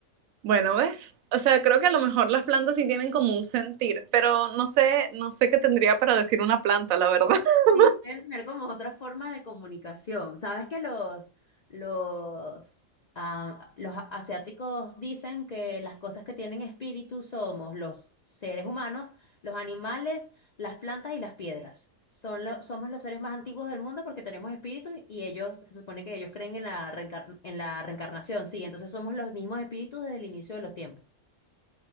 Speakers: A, on the right; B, on the left.
A: Bueno, ¿ves? O sea, creo que a lo mejor las plantas sí tienen como un sentir, pero no sé, no sé qué tendría para decir una planta, la verdad. <laughs>
B: Sí, deben tener como otra forma de comunicación. Sabes que los, los, ah, los a- asiáticos dicen que las cosas que tienen espíritu somos los seres humanos, los animales, las plantas y las piedras. Son lo- somos los seres más antiguos del mundo porque tenemos espíritu y ellos, se supone que ellos creen en la reencar- en la reencarnación, sí, entonces somos los mismos espíritus desde el inicio de los tiempos.